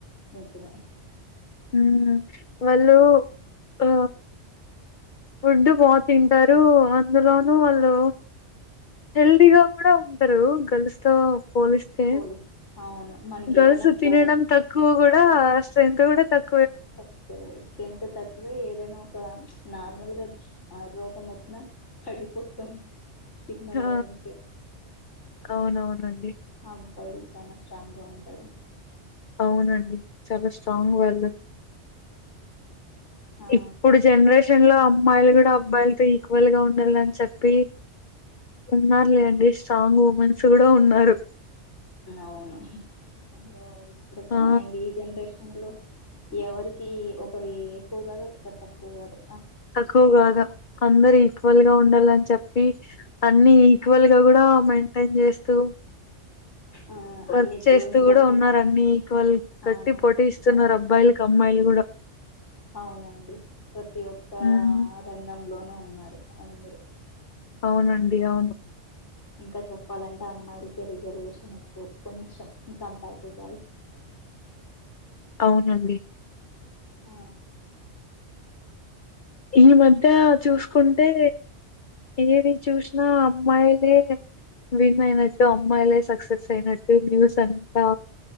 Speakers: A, on the left; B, on the left.
A: నిజమే
B: హూమ్ వాళ్ళు ఆ ఫుడ్డు బా తింటారు అందులోనూ వాళ్ళు హెల్దీగా గూడా ఉంటారు గల్స్తో పోలిస్తే
A: పోలిస్ అవును మనకి
B: గర్ల్స్
A: ఏదైనా
B: తినడం
A: ఓ
B: తక్కువ కూడా స్ట్రెంత్ గూడా తక్
A: తక్కువే స్ట్రెంత్ తక్కువే ఏదెనో నార్మల్ గా ఆ రోగం వచ్చినా పడిపోతాం చన్నరోగంకే
B: ఆ! అవునవునండి.
A: అబ్బాయిల్ చానా స్ట్రాంగ్ గా ఉంటారు
B: అవునండి చాలా స్ట్రాంగ్ వాళ్ళు
A: ఆ
B: ఇప్పుడు జనరేషన్ లో అమ్ అమ్మాయిలు గూడా అబ్బాయిలతో ఈక్వల్ గా ఉండల్లని చొప్పి ఉన్నారు లేండి స్ట్రాంగ్ ఉమెన్స్ గుడా ఉన్నారు
A: అవును అయ్యో ఇప్పుడిక
B: ఆ
A: ఈ జెనరేషన్ లో ఎవరికి ఒకరి ఎక్కువ గాదు ఒకరి తక్కువ గాదు
B: తక్కువ గాద అందరు ఈక్వల్ గా ఉండాలని చెప్పి అన్ని ఈక్వల్ గా గుడా మెయింటైన్ జేస్తూ
A: ఆ
B: వర్క్
A: అన్నిట్లోని
B: చేస్తూ గుడా
A: గట్టి
B: ఉన్నారు అన్ని ఈక్వల్ గెట్టి
A: ఆ
B: పోటీ ఇస్తున్నారు
A: అవును
B: అబ్బాయిలకు అమ్మాయిలు ఉండ
A: అవునండి ప్రతి ఒక్క
B: ఉమ్
A: రంగంలోనూ ఉన్నారు అందరు
B: అవునండి అవును
A: ఇంకా చెప్పాలంటే అమ్మాయిలకే రిజర్వేషన్ ఎక్కువ కొంచెం కంపేర్ టు బాయ్స్ ఉ
B: అవునండి
A: ఆ
B: ఈ మధ్య చూసుకుంటే ఏది చూసిన అమ్మాయిలే విన్ అయినట్టు అమ్మాయిలే సక్సెస్ అయినట్టు న్యూస్ అంతా